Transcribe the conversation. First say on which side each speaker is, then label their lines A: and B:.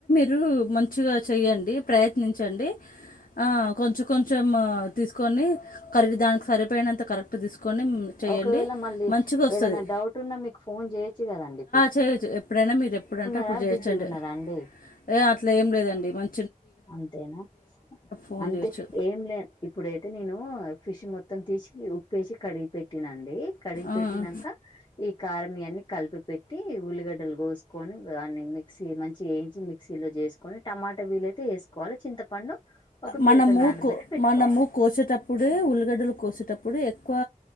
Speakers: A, on the left (about 75°); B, on the left (about 35°).
A: రు మంచిగా చెయ్యండి ప్రయత్నించండి ఆ కొంచెం కొంచ్ కొంచం ఆ తీసుకొని కర్రీ దానికి సరిపోయినంత కరెక్ట్ తీసుకొని చేయండి
B: ఒకవేళ మళ్ళీ
A: మంచిగొస్తది
B: ఏదైనా డౌట్ ఉన్నా మీకు ఫోన్ చేయొచ్చు కదండి
A: చేయచ్చు ఎప్పుడైనా మీరు ఎప్పుడంటే అప్పుడు
B: <unintelligible>
A: చేయొచ్చండి
B: బిజీగున్నరా అండి
A: ఏ అట్లా ఏం లేదండి మం
B: అంతేనా
A: ఫోన్
B: అంతే
A: చేయొచ్చు
B: ఏం లే ఇప్పుడైతే నేను ఫిష్ మొత్ త్తం తీసి ఉప్పుప్పేసి కడిగి పెట్ పట్టినండి కడిగి
A: ఆ.
B: పెట్టినాక ఈ కారం ఇయన్ని కలిపి పెట్టి ఉల్లిగడ్ డ్డలు కోసుకొని దాన్ని మి క్సీ మంచి ఏయించి మిక్సీలో చేసుకొని టమాటా వీలై తే వేసుకోవాలి చింతపండు ఒక
A: మనము
B: పిడక నానబెట్టి
A: కో
B: పెట్టుకోవాలి
A: మనము కోసేటప్పుడే ఉల్లిగడ్డలు కోసేటప్ ఇప్పుడు ఎక్కువ